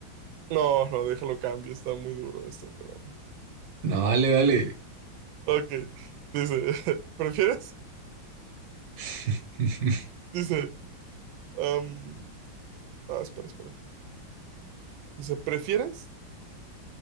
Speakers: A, on the right (about 80°); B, on the right (about 55°).
A: No, no, déjalo cambio, está muy duro esto, espérame.
B: No, dale, dale.
A: Ok, dice, <laughs> ¿prefieres?
B: <laughs>
A: Dice, am, ah, espera, espera. Dice, ¿prefieres?